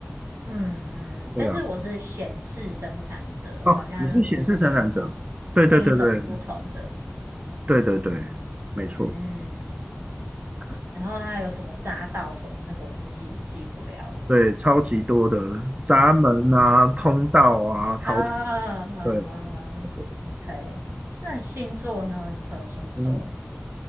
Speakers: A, on the right; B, on the right.
A: 嗯嗯，嗯但是我是显示生产者，
B: 对啊，哦，
A: 好像又是另一种
B: 你是显示生产者，对对对对
A: 另一种不同的，
B: 对对对，没错，
A: 嗯。
B: 可以
A: 然后他有什么匝道什么那个，我就记记不了了
B: 对，超级多的闸门啊、通道啊，超
A: 啊啊啊啊嗯！OK，
B: 对，很多。
A: 那星座呢？你什么星座？
B: 嗯，